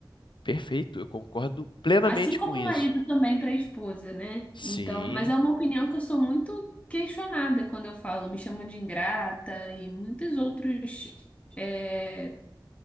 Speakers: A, on the left (about 80°); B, on the left (about 15°).
A: perfeito, eu concordo plenamente
B: Assim como
A: com isso.
B: o marido também para a esposa, né?
A: Sim.
B: Então, mas é uma opinião que eu sou muito questionada quando eu falo. Me chamam de ingrata e muitas outras é,